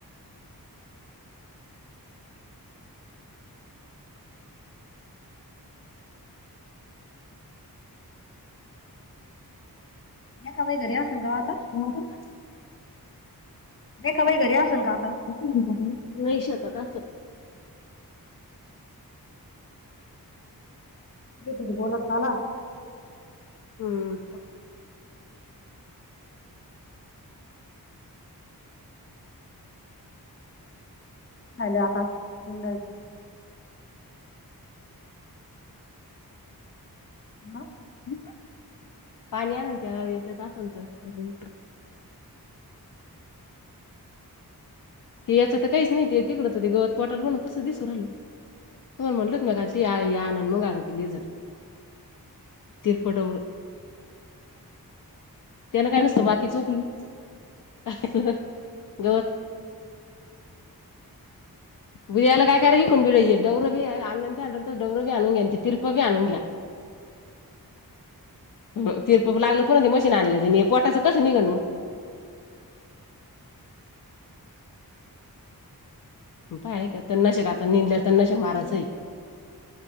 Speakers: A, on the left; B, on the left.
A: रेखा बाई घरी असन का हो आता?
B: हा काय
A: रेखाबाई घरी असन का आता?
B: ह नाही शतात असं.
A: नाही तरी बोलत आला.
B: हम्म.
A: ल आता हुं न ज. ह.
B: अ्‌ पाणी आ ना क याच्यात असल तर. ते याचं तर काहीच नाही ते तिकडं ते गवत पटाल म्हणून तसं दिसू रायल. तो म्हटलत म काल आण मग आण त लेझर. तिरपटर. त्याना काय नसतं माती चोप काय ह ह गवत.
A: टक‌् ट‌क‌्.
B: बुद्याला काय काररी कणबीडय ड्र भी अणनंत अत डव्र भी अनंगयंत तीरप भी आणुंग्या. ह तीरप लागलं पण ते मशीन आणल्याचं. पोटाचं कस निघन मग? प ऐ का तर नशक आता निेदल्यावर तर नशक
A: कशाला
B: माराचं
A: आणलं
B: आहे.